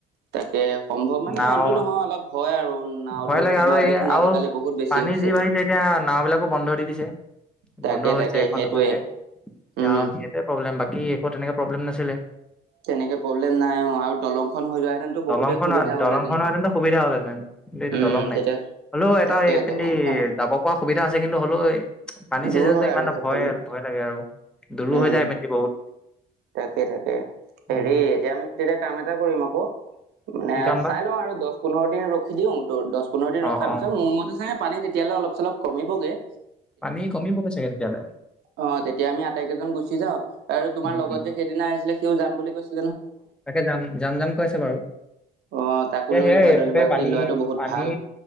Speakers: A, on the right; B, in the centre.
A: তাকে সম্ভৱ মানে
B: নাও
A: অইনটো নহয় অলপ ভয় আৰু নাও
B: ভয়
A: দুৰ্ঘটনা
B: লাগে আৰু এই
A: দেখোন
B: আৰু
A: আজিকালি বহুত বেছি
B: পানী
A: হৈছে
B: যি বাঢ়িছে এতিয়া নাও বিলাকো বন্ধ দি দিছে
A: তাকে
B: বন্ধ হৈছে
A: তাকে
B: এখন
A: সেইটোৱে
B: দুখনকে এতিয়া
A: উম
B: আও সেইটোৱে প্ৰব্লেম বাক কি একো তেনেকে প্ৰব্লেম নাছি
A: তেনেকে প্ৰব্লেম নাই অঁ আৰু দলং খন হৈ যোৱা হেতেনতো
B: দলংখন
A: বহুতে সুবিধা।
B: দলংখন
A: হ'লহেঁতেন
B: হোৱাহেতেনটো সুবিধা হ'লহেঁতেন কিন্তু, এতিয়া
A: উম
B: দলং নাই।
A: তেতিয়া
B: হলেও এটা
A: তাকে
B: এই পিনদি
A: দলংখন
B: যাব পৰা সুবিধা আছে, কিন্তু হলেও পানী
A: দূৰ
B: চিজনটো
A: হয়
B: ইমানটা
A: আৰু সেইফালে
B: ভয়। ভয় লাগে আৰু দূৰো
A: উম
B: হৈ যায় এইপিনেদি বহুত।
A: তাকে তাকে হেৰি
B: উম
A: এতিয়া আমি, তেতিয়া কাম এটা কৰিম আকৌ। মানে
B: কি কাম বা
A: চাই লওঁ আৰু দশ পোন্ধৰ দিন ৰখি দিওঁ, দশ পোন্ধৰ দিন
B: অ
A: ৰখাৰ
B: অ
A: পিছত মোৰ মতে চাগে পানী তেতিয়ালে অলপ চলপ কমিবগৈ।
B: পানী কমিব গৈ চাগে তেতিয়ালে।
A: অ তেতিয়া আমি আটাইকেইজন গুচি যাওঁ, আৰু তোমাৰ
B: উম
A: লগত
B: উম
A: যে সেইদিনা আহিছিলে, সিও যাম বুলি কৈছিল।
B: তাকে যাম যাম যাম কৈ আছে বাৰু।
A: অ তাকো
B: এ
A: লৈ
B: সেয়াই,
A: ল'বা লৈ
B: চবে
A: ল'বা
B: পানী
A: সি ল'ৰাটো বহুত
B: পানী
A: ভাল